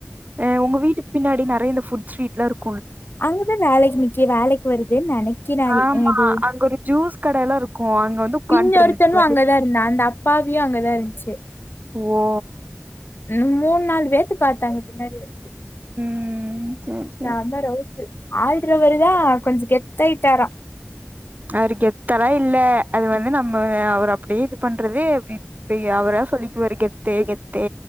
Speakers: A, on the right (about 40°); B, on the left (about 55°).
A: ஆ உங்க வீட்டுக் பின்னாடி ந ற இந்த ஃபுட் ஸ்ட்ரீட்லா இருக்
B: அங்கதா வேலைக்கு நிக்கி வேலைக்கு வருதுன் நெனக்கிற அது
A: ஆமா
B: அது
A: அங்க ஒரு ஜூஸ் கட எல்லா இருக்கு அங்க வந்து உக்கான்ட்ருந்துச்சு
B: இன்னொருத்தனு
A: வடிவு
B: அங்கதா இருந்தா அந்த அப்பா இப்யு அங்கதா இருன்ச்சி
A: ஓ
B: ம் மூண் நால் பேத்துக்கு பாத்தாங்க பின்னாடி வச்சி
A: ம் சேரி சேரி
B: செம்ம ரோஸூ ஆல்ரவரி தா கொஞ்ச கெத்தாயிட்டாரா
A: அவுரு கெத்தெல்லா இல்ல அது வந்து நம்ம அவர அப்டியே இது பண்றது அப்டி பெய் அவரா சொல்லி ஒரு கெத்து கெத்து